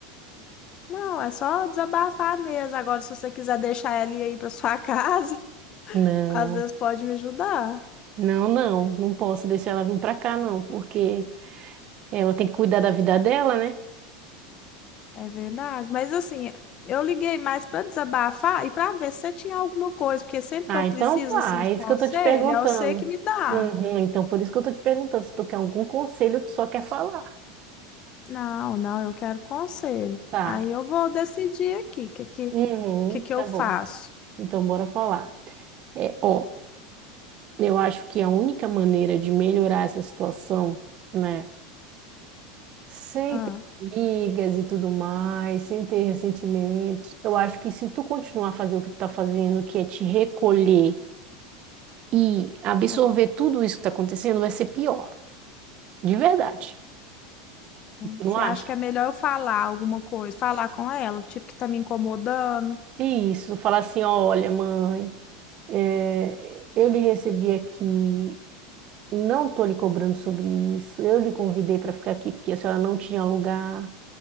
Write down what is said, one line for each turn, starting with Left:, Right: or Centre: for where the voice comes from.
Left: Não, é só desabafar mesmo. Agora, se você quiser deixar ela ir aí pra sua casa,
Right: Não,
Left: <laughs> às vezes pode me ajudar.
Right: não, não, não posso deixar ela vir pra cá, não, porque ela tem que cuidar da vida dela, né?
Left: É verdade, mas assim, eu liguei mais para desabafar e para ver se você tinha alguma coisa, porque sempre
Right: Ah,
Left: que eu
Right: então
Left: preciso
Right: tá,
Left: assim de
Right: é
Left: conselho,
Right: isso que eu tô te perguntando.
Left: é você que me dá.
Right: Uhum, então por isso que eu tô te perguntando, se tu quer algum conselho, tu só quer falar.
Left: Não, não, eu quero conselho.
Right: Tá.
Left: Aí eu vou decidir aqui o que, que,
Right: Uhum,
Left: que, que
Right: tá
Left: eu faço.
Right: bom. Então bora falar. É, ó, eu acho que a única maneira de melhorar essa situação, né, sem
Left: Ah,
Right: ter brigas e tudo mais, sem ter ressentimentos, eu acho que se tu continuar a fazer o que tu tá fazendo, que é te recolher e absorver
Left: é, é.
Right: tudo isso que tá acontecendo, vai ser pior, de verdade. Não
Left: Você
Right: acha?
Left: acha que é melhor eu falar alguma coisa, falar com ela, tipo que tá me incomodando?
Right: E Isso, falar assim, olha, mãe, é, eu lhe recebi aqui, não estou lhe cobrando sobre isso, eu lhe convidei para ficar aqui porque a senhora não tinha lugar.